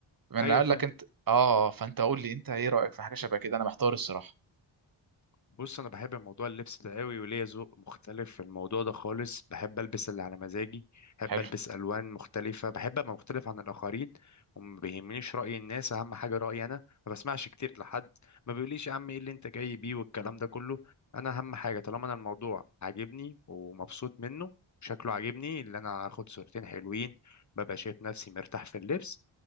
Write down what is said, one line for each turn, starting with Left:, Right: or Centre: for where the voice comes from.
Right: من
Left: ايوه
Right: قال
Left: فاهم
Right: لك انت اه فانت قول لي انت ايه رايك في حاجه شبه كده انا محتار الصراحه
Left: بص انا بحب موضوع اللبس ده قوي وليا ذوق مختلف في الموضوع ده خالص بحب البس اللي على مزاجي بحب
Right: حلو
Left: البس الوان مختلفه بحب ابقى مختلف عن الاخرين وما بيهمنيش راي الناس اهم حاجه رايي انا ما بسمعش كتير لحد ما بيقوليش يا عم ايه اللي انت جاي بيه والكلام ده كله انا اهم حاجه طالما انا الموضوع عاجبني ومبسوط منه شكله عاجبني اللي انا هاخد صورتين حلوين ببقى شايف نفسي مرتاح في اللبس